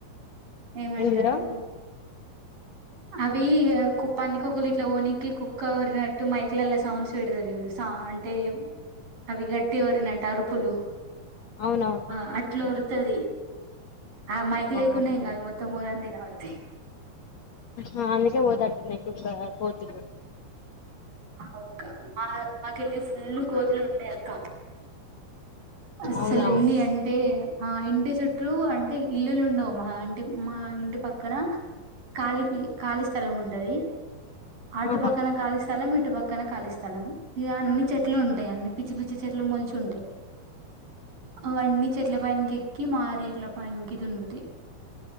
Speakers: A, on the right (about 60°); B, on the left (about 55°).
A: ఏమంటారు
B: ఏంటిదిరా
A: అవి కుప్ప పందికొక్కులు ఇట్లా ఓనికినికి కుక్క కోరినట్టు మైక్లలా సౌండ్స్ పెడతారు ఇవిడుస అంటే అవి గట్టి పట్టి వరినట్ అరుపులు
B: అవునవును
A: ఆ అట్లా వరుతది ఆ మైక్
B: వామ్మో
A: లేకున్నా ఎంగాదు మొత్తం ఊరంతా ఇనపడతాయి
B: ఆ అందుకే పోతాట్టున్నాయి కొ కోతులు
A: ఆ అక్క మా మాకెళ్ళి ఫుల్ కోతులు ఉండే అక్క అస్సలు
B: అవునా
A: ఎన్ని అంటే ఆ ఇంటి చుట్లు అంటే ఇల్లులు ఉండవు మా ఇంటి మా ఇంటి పక్కన ఖాళీ ప్లి ఖాళీ స్థలం ఉంటది ఆటు
B: ఆహా
A: పక్కన ఖాళీ స్థలం ఇ ఇటు పక్కన ఖాళీ స్థలం ఇగ అన్ని చెట్లు ఉంటయి అన్ని పిచ్చి పిచ్చి చెట్లు మొలిచి ఉంటయి అవన్నీ చెట్ల పైనికి ఎక్కి మా రేకుల పైనికి దునుకుతయి